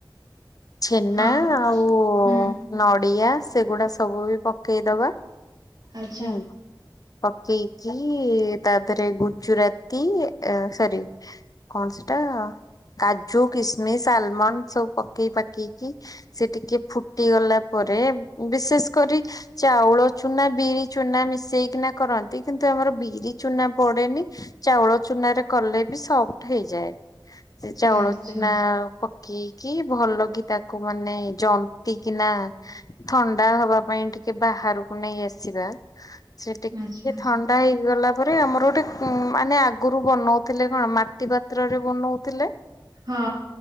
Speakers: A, on the left; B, on the right.
A: ଛେନା
B: ହଁ
A: ଆଉ
B: ହୁଁ
A: ନଡ଼ିଆ ସେଗୁଡା ସବୁ ବି ପକେଇଦବା।
B: ଆଚ୍ଛା
A: ହୁଁ। ପକେଇକି ତା ଦିଅରେ ଗୁଜୁରାତି ସରି କଣ ସେଟା କାଜୁ କିସମିସ୍ ଆଲମଣ୍ଡ ସବୁ ପକେଇ ପାକେଇକି। ସେ ଟିକେ ଫୁଟି ଗଲା ପରେ ବିଶେଷ କରି ଚାଉଳ ଚୁନା ବିରି ଚୁନା ମିଶେଇକିନା କରନ୍ତି କିନ୍ତୁ ଆମର ବିରି ଚୁନା ପଡେନି ଚାଉଳ ଚୁନାରେ କଲେ ବି ସଫ୍ଟ ହେଇଯାଏ। ସେ ଚାଉଳ
B: ଆଚ୍ଛା
A: ଚୁନା ପକେଇକି ଭଲ କି ତାକୁ ମାନେ ଜନ୍ତି କି ନା ଥଣ୍ଡା ହବା ପାଇଁ ଟିକେ ବାହାରକୁ ନେଇ ଆସିବା ସେ ଟିକେ
B: ଆଚ୍ଛା
A: ଥଣ୍ଡା ହେଇଗଲା ପରେ ଆମର ଗୋଟେ ମାନେ ଆଗରୁ ବନଉଥିଲେ କଣ ମାଟି ପାତ୍ରରେ ବନଉଥିଲେ।
B: ହଁ।